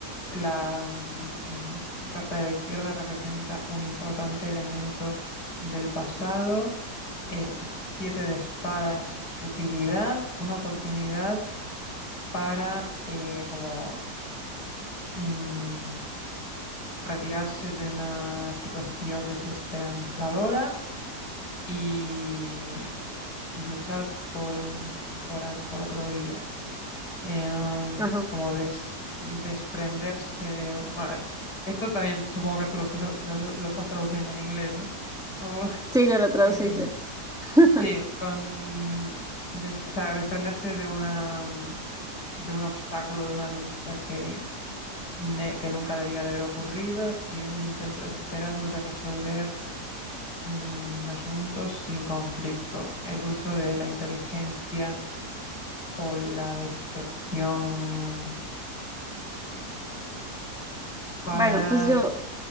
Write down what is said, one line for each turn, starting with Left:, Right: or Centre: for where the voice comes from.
Left: La mm, mm, carta de la izquierda representa un importante elemento del pasado. eh, El siete de espadas, futilidad, una oportunidad para eh, como mm, retirarse de una situación desesperanzadora y luchar por un, por, an- por otro día. eh,
Centre: ajá.
Left: como des- desprenderse de... Bueno, esto también supongo que tú lo estás, lo, lo estás traduciendo en inglés, ¿no? O, <laughs>
Centre: Sí, yo lo traducí,
Left: eh,
Centre: Fer. <laughs>
Left: sí, con... des- o sea, desprenderse de una, mm, de un obstáculo, de una lucha que, ne- que nunca debía de haber ocurrido y un intento desesperado de resolver un asunto sin conflicto. El uso de la inteligencia o la decepción para
Centre: Bueno, pues yo,